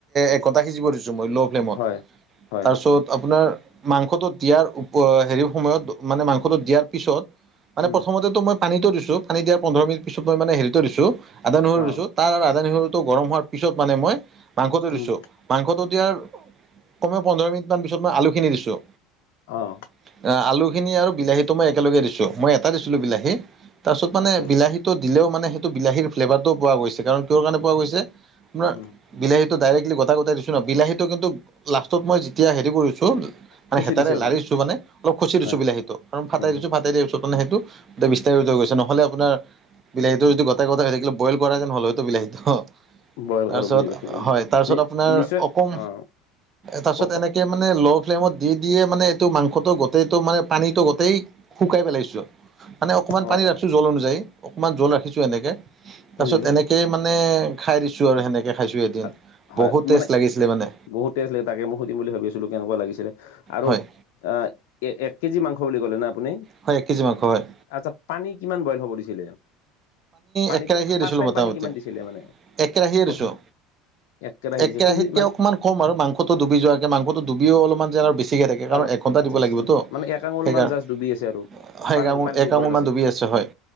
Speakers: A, on the right; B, on the left.
A: একঘণ্টা সিজিব দিছোঁ মই ল' ফ্লেমত,
B: হয়, হয়,
A: তাৰপিছত
B: হয়,
A: আপোনাৰ মাংসটো দিয়াৰ অ, হেৰি সময়ত মানে মাংসটো দিয়াৰ পিছত মানে
B: উম,
A: প্ৰথমতেটো মই পানীতো দিছোঁ পানী দিয়াৰ পোন্ধৰ মিনি পিত মই মানে হেৰিত দিছোঁ, আদা নহৰু টো
B: অ',
A: দিছোঁ। তাৰ আৰু আদা নহৰুটো গৰম হোৱাৰ পিছত মানে মই মাংসটো দিছোঁ।
B: উম,
A: মাংসটো দিয়াৰ কমেওঁ পোন্ধৰ মিনিট মান পিছত মই আলুখিনি দিছোঁ।
B: অ'।
A: অ, আলু খিনি আৰু বিলাহীতো মই একেলগে দিছোঁ, মই এটা দিছিলোঁ বিলাহী। তাৰপিছত মানে
B: আচ্ছা,
A: বিলাহী টো দিলেও মানে সেইটো বিলাহীৰ ফ্লেভাৰটোও পোৱা গৈছে কাৰণ কিয় কাৰণে পোৱা গৈছে? আপোনাৰ
B: উম,
A: বিলাহীটো ডাইৰেক্টলি গোটা-গোটাই দিছোঁ ন? বিলাহীটো কিন্তু লাষ্টত মই যেতিয়া হেৰি কৰিছোঁ। মানে
B: খুচি
A: হেতাৰে
B: দিছে আপুনি?
A: লাৰিছোঁ মানে অলপ খুচি দিছোঁ
B: হয়,
A: বিলাহী টো কাৰন ফটাই
B: উম,
A: দিছোঁ, ফটা ফটাই দিয়াৰ পিছত মানে সেইটো বিস্তাৰ হৈ গৈছে নহলে আপোনাৰ বিলাহীটো যদি গতাই-গতাই হৈ থাকিলে হয়, বইল কৰা যেন হল হয়তো বিলাহীটো।
B: বইল
A: তাৰপিছত
B: কৰোঁ বুজি পাইছোঁ, বুজি
A: হয়,
B: পাইছোঁ।
A: তাৰপিছত
B: নি
A: আপোনাৰ
B: নিশ্চয়
A: অকম,
B: অ',
A: তাৰপিছ
B: কওক, কওক,
A: এনে মানে ল' ফ্লেমত দি-দি য়ে মানে টো মাংসটো গোতেইটো মানে পানীটো গোটেই শুকাই পেলাইছোঁ। মানে অকমান
B: অ',
A: পানী ৰাখিছোঁ জল অনুযায়ী, অকনমান জ্বল ৰাখিছোঁ এনেকে। তাৰপিছত
B: বুজি পাইছোঁ।
A: এনেক সেই মানে খাই দিছোঁ আৰু সেনেকে খাইছোঁ এদিন।
B: আ হয়
A: বহুত টেষ্ট
B: মানে
A: লাগিছিলে মানে
B: বহুত টেষ্ট লগে তাকে মই সুধিম বুলি ভাবিছিলোঁ কেনেকুৱা লাগিছিলে? আৰু
A: হয়
B: আ এ-এক কেজি মাংস বুলি ক'লে নে আপুনি?
A: হয় এক কেজি মাংস হয়
B: আচ্ছা পানী কিমান বইল হ'ব দিছিলে? পানী
A: এক কেৰাহীয়ে দিছিলোঁ
B: ফাৰ্ষ্ট টাইম
A: মোটামুটি
B: পানী কিমান দিছিলে মানে?
A: এক কেৰাহীয়ে
B: প্ৰথম
A: দিছোঁ
B: একেৰাহে
A: এক
B: দিছে
A: কেৰাহীতকে
B: সুহি মানে
A: অকণমান ক'ম আৰু, মাংসটো ডোবি যোৱাকে মাংসটো ডুবিও অলপমান যেন ঠিকে তাকে
B: অলপ
A: কাৰণ এঘণ্টা
B: আচ্ছা
A: দিব
B: আচ্ছা
A: লাগিব
B: আচ্ছা
A: তো
B: মানে
A: সেইকাৰণে-সেইকাৰণে
B: এক আঙুল মান জাষ্ট ডুবি আছে আৰু পানীৰ পানীটোৰ
A: এক
B: ওপৰত
A: আঙুল মান ডুবি আছে। আচছা হয়।